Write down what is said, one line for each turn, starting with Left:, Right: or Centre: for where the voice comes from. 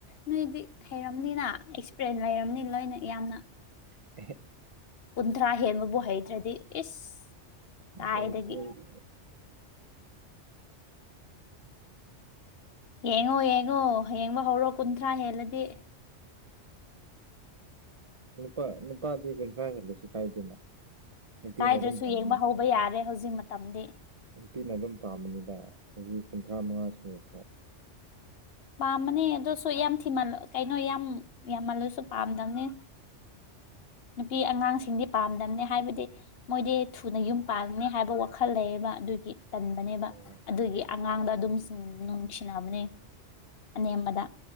Left: ꯅꯣꯏꯗꯤ ꯍꯩꯔꯝꯅꯤꯅ ꯑꯦꯛꯁꯄꯔꯦꯟ ꯂꯩꯔꯝꯅꯤ ꯂꯣꯏꯅ ꯌꯥꯝꯅ
Right: <unintelligible>
Left: ꯀꯨꯟꯊ꯭ꯔꯥ ꯍꯦꯟꯕꯕꯨ ꯍꯩꯇ꯭ꯔꯗꯤ ꯏꯁ
Right: <unintelligible>
Left: ꯀꯥꯏꯗꯒꯤ ꯌꯦꯡꯉꯣ ꯌꯦꯡꯉꯣ ꯍꯌꯦꯡꯃꯛ ꯍꯧꯔꯣ ꯀꯨꯟꯊ꯭ꯔꯥ ꯍꯦꯜꯂꯗꯤ
Right: ꯅꯨꯄꯥ ꯅꯨꯄꯥꯗꯤ ꯀꯨꯟꯊ꯭ꯔꯥ ꯍꯦꯜꯂꯨꯁꯨ ꯀꯥꯏꯗꯦꯅ ꯅꯨꯄꯤꯅ
Left: ꯀꯥꯏꯗ꯭ꯔꯁꯨ
Right: ꯑꯗꯨꯝ ꯄꯥꯝꯃꯤ
Left: ꯌꯦꯡꯕ ꯍꯧꯕ ꯌꯥꯔꯦ ꯍꯧꯖꯤꯛ ꯃꯇꯝꯗꯤ
Right: ꯅꯨꯄꯤꯅ ꯑꯗꯨꯝ ꯄꯥꯝꯕꯅꯤꯗ ꯆꯍꯤ ꯀꯨꯟꯊ꯭ꯔꯥ ꯃꯉꯥ ꯁꯨꯔꯁꯨ
Left: ꯄꯥꯝꯕꯅꯦ ꯑꯗꯨꯁꯨ ꯌꯥꯝ ꯊꯤꯃꯜ ꯀꯩꯅꯣ ꯌꯥꯝ ꯌꯥꯝꯃꯜꯂꯁꯨ ꯄꯥꯝꯗꯕꯅꯦ ꯅꯨꯄꯤ ꯑꯉꯥꯡꯁꯤꯡꯗꯤ ꯄꯥꯝꯗꯝꯅꯤ ꯍꯥꯏꯕꯗꯤ ꯃꯣꯏꯗꯤ ꯊꯨꯅ ꯌꯨꯝ ꯄꯥꯟꯒꯅꯤ ꯍꯥꯏꯕ ꯋꯥꯈꯜ ꯂꯩꯌꯦꯕ ꯑꯗꯨꯒꯤ ꯇꯟꯕꯅꯦꯕ
Right: ꯎꯝ
Left: ꯑꯗꯨꯒꯤ ꯑꯉꯥꯡꯗ ꯑꯗꯨꯝ ꯁꯤꯟ ꯅꯨꯡꯁꯤꯅꯕꯅꯦ ꯑꯅꯦꯝꯕꯗ